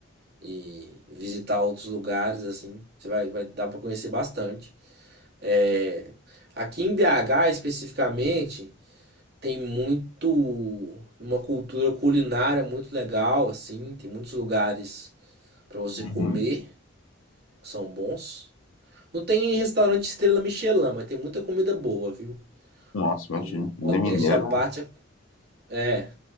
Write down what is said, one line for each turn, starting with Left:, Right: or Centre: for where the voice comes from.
Right: e visitar outros lugares, assim. Você vai, vai dar pra conhecer bastante. É, aqui em BH especificamente. tem muito uma cultura culinária muito legal assim, tem muitos lugares para você
Left: Uhum.
Right: comer que são bons. Não tem restaurante estrela Michelin, mas tem muita comida boa, viu?
Left: Nossa, imagina.
Right: Assim,
Left: Comida
Right: modéstia
Left: mineira,
Right: à parte, é,